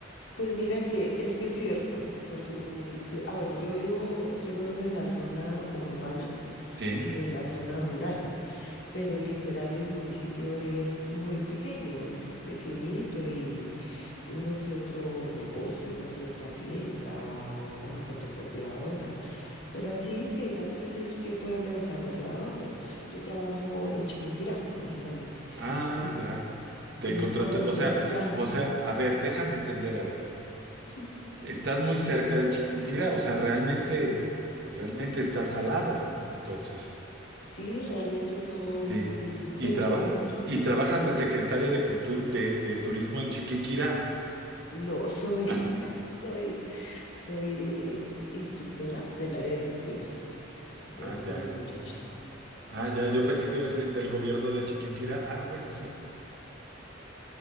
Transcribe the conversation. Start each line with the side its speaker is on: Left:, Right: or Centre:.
Left: Pues mira que es que es cierto, porque el municipio, ah bueno, yo vivo, yo no vivo en la zona urbana
Right: Sí.
Left: sino en la zona rural. Pero literal el municipio es muy pequeño, es pequeñito y uno que otro negocio, una que otra tienda o una fotocopiadora. Pero así que digamos es el que pueblo desarrollado, no. Yo trabajo en Chiquinquirá, precisamente,
Right: Ah,
Left: y,
Right: ya. Te
Left: y
Right: contrata,
Left: todos los
Right: o
Left: días
Right: sea,
Left: viajo.
Right: o sea, a ver, déjame entender algo.
Left: <laughs>
Right: Estás muy cerca de Chiquinquirá, o sea, realmente, realmente estás al lado, entonces,
Left: Sí, realmente son
Right: sí. Y
Left: 20
Right: traba-
Left: minutos.
Right: y trabajas de secretaria de cultura, de, de turismo en Chiquinquirá.
Left: No, soy,
Right: Ah,
Left: <laughs> soy, soy instructora del área de sistemas de
Right: ah,
Left: algunos
Right: ya.
Left: muchachos.
Right: Ah, ya. Yo pensé que iba a ser del gobierno de Chiquinquirá. Ah, bueno, sí.